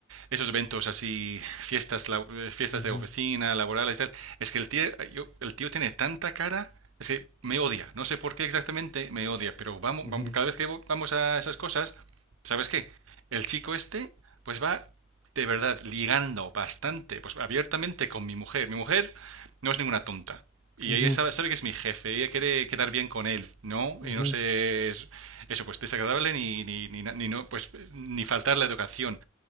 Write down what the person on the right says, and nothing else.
esos eventos así, fiestas, la- fiestas
de oficina, laborales, tal, es que el tío, yo- el tío tiene tanta cara, es que me odia. No sé por qué exactamente me odia, pero vamos,
vam- cada vez que vo- vamos a esas cosas, ¿sabes qué? El chico este, pues va de verdad ligando bastante, pues abiertamente con mi mujer. Mi mujer no es ninguna tonta. Y
ella sabe, sabe que es mi jefe, ella quiere quedar bien con él, ¿no?
Y no sé, es- eso pues desagradable ni, ni, ni, na- ni no, pues ni faltar la educación.